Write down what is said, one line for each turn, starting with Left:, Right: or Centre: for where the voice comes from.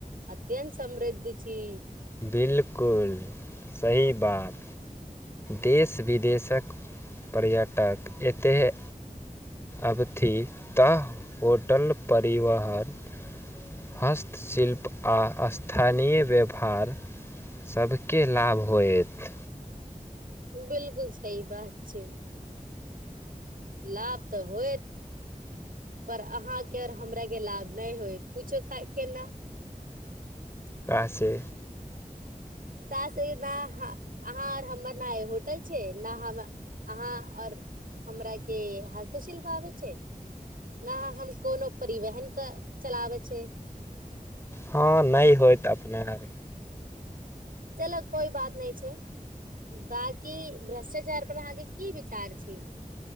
Right: अत्यंत समृद्ध छी।
Left: बिलकुल, सही बात। देश-विदेशक पर्यटक एतहि अबथि त, होटल परिवहन हस्तशिल्प आ स्थानीय व्यवहार सबके लाभ होयत।
Right: बिलकुल सही बात छै। लाभ त होयत। पर अहांके आर हमरा के लाभ नहि होयत, पुछियौ केना? <inaudible>
Left: कहै छै।
Right: त से नहि, अहां और हमर ने इ होटल छै ने हम अहां और हमरा के हस्तशिल्प आबै छै। ने हम, कोनो परिवहन के चलाबै छी।
Left: हां नहि होएत अपने लागि।
Right: चलु कोइ बात नहि छै। बाकी भ्रष्टाचार पर अहांके कि विचार छी?